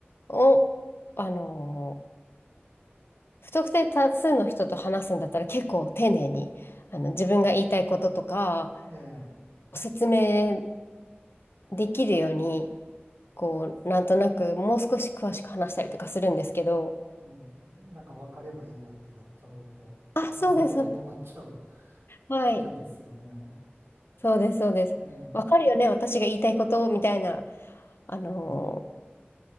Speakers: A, on the left; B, on the right.
A: う、お、あのー、不特定多数の人と話すんだったら結構丁寧に、あの、自分が言いたいこととか、
B: ええ、
A: 説明できるように、こう、なんとなくもう少し詳しく話したりとかするんですけど、
B: はい、なんか分かればいいやってなっちゃうと、
A: あ、
B: <laughs> まあそこで止まっちゃう
A: そうです。はい。
B: わけですよね。
A: そうです、そうです。
B: ええ、う
A: わかるよね、私が言いたいことみたいな、あのー